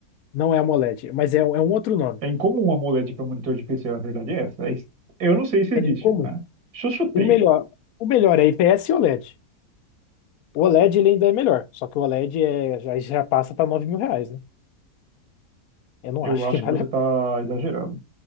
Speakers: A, on the left (about 70°); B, on the right (about 75°).
A: Não é AMOLED, mas é, é um outro nome.
B: É incomum um AMOLED para monitor de PC, a verdade é essa. É es- eu não sei se existe,
A: É incomum.
B: né? Se eu chutei,
A: O melhor, o melhor é IPS e OLED. O OLED ele ainda é melhor, só que o OLED é, já, já passa para nove mil reais, né? Eu não
B: eu
A: acho
B: acho
A: que vale
B: que você está exagerando.